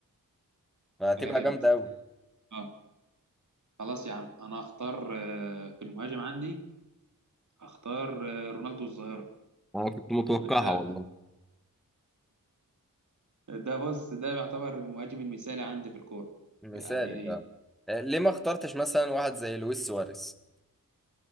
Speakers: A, in the centre; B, on the right.
A: فهتبقى
B: لا جامد
A: جامده قوي
B: اه خلاص يا عم انا هختار آه، في المهاجم عندي هختار آه، رونالدو الظاهرة
A: انا كنت متوقعها
B: يعني
A: والله
B: ده ده بص ده يعتبر المهاجم المثالي عندي في الكورة
A: مثالي
B: يعني
A: فعلا آه، ليه ما اخترتش مثلا واحد زي لويس سواريز